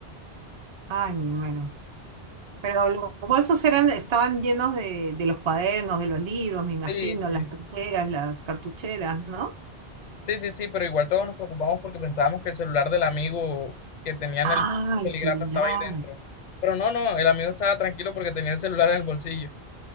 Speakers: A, on the right (about 40°); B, on the left (about 55°).
A: Ay, me muero. Pero los bolsos eran, estaban llenos de, de los cuadernos, de los libros, me imagino,
B: Sí, sí,
A: las carteras, las cartucheras, ¿no?
B: sí, sí, sí, pero igual todos nos preocupamos porque pensábamos que el celular del amigo que tenía en
A: Ah,
B: el peligrando
A: el celular.
B: estaba ahí dentro. Pero no, no, el amigo estaba tranquilo porque tenía el celular en el bolsillo.